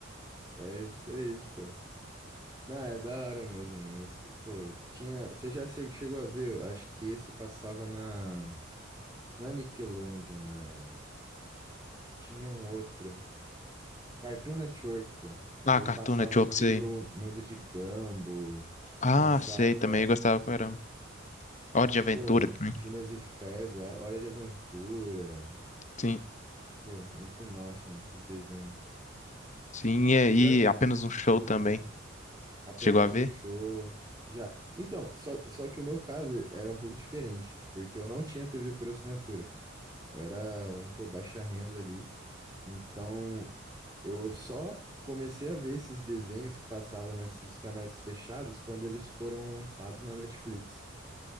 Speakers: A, on the right (about 20°); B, on the left (about 35°).
A: é isso aí, pô. Não, é da hora mesmo, mano. Pô, tinha. Você já se- chegou a ver? Eu Acho que esse passava na. Na Nickelodeon, é. Tinha um outro. Cartoon Network, pô.
B: Ah,
A: Que aí
B: Cartoon
A: passava
B: Network,
A: Incrível
B: sei.
A: Mundo de Gumball.
B: Ah,
A: Passava.
B: sei também, eu gostava pra caramba. Hora de Aventura
A: Pô,
B: também.
A: Phineas e Ferb, Hora de Aventura.
B: Sim,
A: Pô, muito massa, mano, esses desenhos.
B: sim, e aí
A: Pior que.
B: apenas um show
A: ah,
B: também.
A: Apenas
B: Chegou a ver?
A: um show. Já. Então, só, só que o meu caso era um pouco diferente, porque eu não tinha TV por assinatura. Eu era, pô, baixa renda ali. Então, eu só comecei a ver esses desenhos que passavam nesses canais fechados quando eles foram lançados na Netflix.